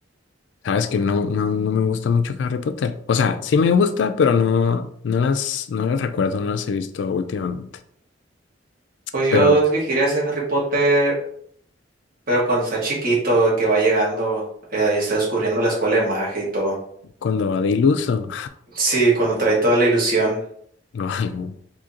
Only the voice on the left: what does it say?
Sabes que no, no, no me gusta mucho Harry Potter. O sea, sí me gusta, pero no, no las, no las recuerdo, no las he visto últimamente.
Pero
cuando va de iluso
<laughs> o algo,